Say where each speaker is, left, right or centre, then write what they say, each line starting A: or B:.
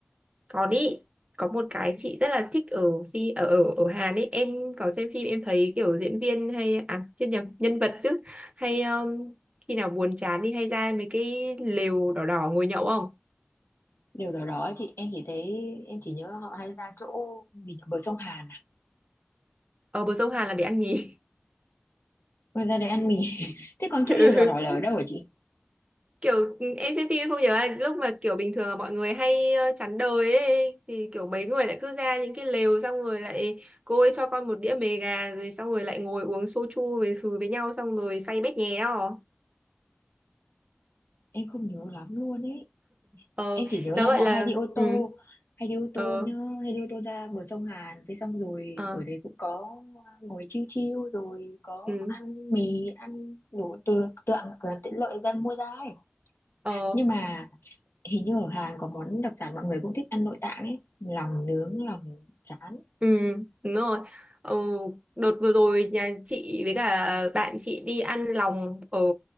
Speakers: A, on the right; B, on the left.
A: còn ý có một cái chị rất là thích ở phi ở ở ở Hàn ấy em có xem phim em thấy kiểu diễn viên hay à chết nhầm nhân vật chứ hay um, khi nào buồn chán đi hay ra mấy cái lều đỏ đỏ ngồi nhậu không
B: điều đó đó chị em chỉ thấy em chỉ nhớ họ hay ra chỗ gì nhỉ? bờ sông Hàn à
A: ở bờ sông Hàn là để ăn mì <laughs>
B: Rồi ra đấy ăn mì <laughs> thế còn chỗ
A: Ừ.
B: lều đỏ đỏ là ở đâu hả chị
A: kiểu ừ, em xem phim em không nhớ là lúc mà kiểu bình thường là mọi người hay ờ, chán đời ấy thì kiểu mấy người lại cứ ra những cái lều xong rồi lại cô ấy cho con một đĩa mề gà rồi xong rồi lại ngồi uống soju với với nhau xong rồi say bét nhé đó
B: em không nhớ lắm luôn ấy
A: ờ
B: em chỉ nhớ
A: nó
B: là
A: gọi
B: họ
A: là
B: hay đi ô
A: ừ
B: tô hay đi ô tô
A: ờ
B: nhá hay đi ô tô ra bờ sông Hàn thế xong rồi
A: ờ
B: ở đấy cũng có à, ngồi chiêu chiêu rồi có
A: ừ
B: ăn mì ăn đủ từ từ ăn cửa hàng tiện lợi ra mua ra ấy
A: ờ
B: nhưng mà hình như ở Hàn có món đặc sản mọi người cũng thích ăn nội tạng ấy lòng nướng lòng trán
A: ừ đúng rồi ờ đợt vừa rồi nhà chị với cả bạn chị đi ăn lòng ở